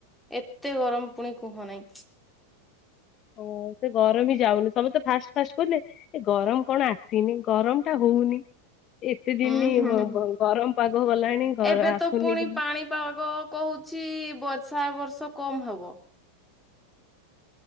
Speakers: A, in the centre; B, on the left.
A: ଏତେ ଗରମ ପୁଣି କୁହ ନାହିଁ।
B: ଓ ସେ ଗରବି ଯାଉନି ସବୁତେ ଫାଷ୍ଟ ଫାଷ୍ଟ ବୋଲେ ଏ ଗରମ କଣ ଆସିନି ଗରମଟା ହଉନି ଏତେ ଦିନ
A: ହୁଁ ହୁଁ ହୁଁ।
B: ଗରମ ପାଗ ଗଲାଣି
A: ଏବେ
B: ଆସୁନି
A: ତ ପୁଣି
B: କଣ?
A: ପାଣିପାଗ କହୁ ଚି ବର୍ଷା ଏବର୍ଷ କମ୍ ହବ।